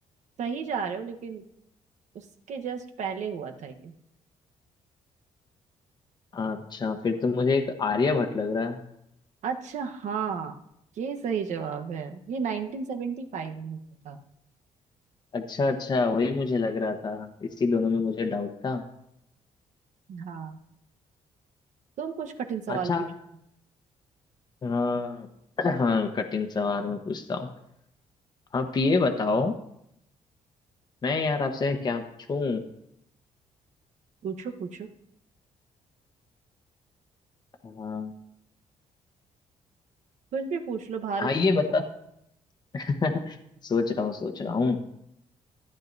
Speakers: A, on the right (about 70°); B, on the left (about 35°).
A: सही जा रहे हो लेकिन उसके जस्ट पहले हुआ था ये
B: अच्छा फिर तो मुझे एक आर्यभट्ट लग रहा है
A: अच्छा हाँ ये सही जवाब है ये 1975 में हुआ था
B: अच्छा अच्छा वही मुझे लग रहा था इसी दोनों में मुझे डाउट था
A: हाँ तुम कुछ कठिन सवाल
B: अच्छा
A: पूछो
B: हाँ <clears throat> हाँ कठिन सवाल मैं पूछता हूँ आप ये बताओ मैं यार आपसे क्या पूछूं
A: पूछो पूछो
B: हाँ
A: कुछ भी पूछ लो भारत
B: हाँ ये बता <laughs> सोच रहा हूँ सोच रहा हूँ